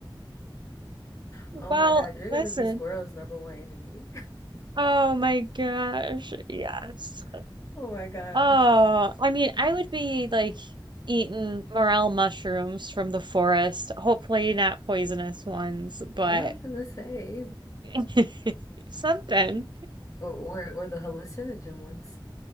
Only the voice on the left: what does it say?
Oh
my God, you're
gonna be squirrel's number one enemy.
<laughs> Oh my gosh.
Yeah, I was gonna say, <laughs>
or or, or the hallucinogen ones.